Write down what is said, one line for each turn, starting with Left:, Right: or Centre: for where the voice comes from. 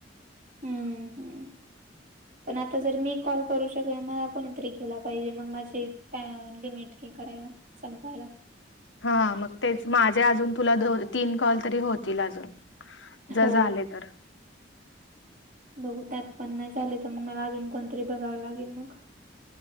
Left: <unintelligible>
Right: हम्म हम्म पण आता जर मी कॉल करू शकल मला कोणीतरी केला पाहिजे मग माझे लिमिट हे करायला संपायला.
Left: हा मग तेच माझे अजून तुला दोन तीन कॉल तरी होतील अजून जर
Right: हो
Left: झाले <unintelligible>
Right: बघू त्यात पण नाही चालेल तर मग मला अजून कोणतरी बघावं लागेल मग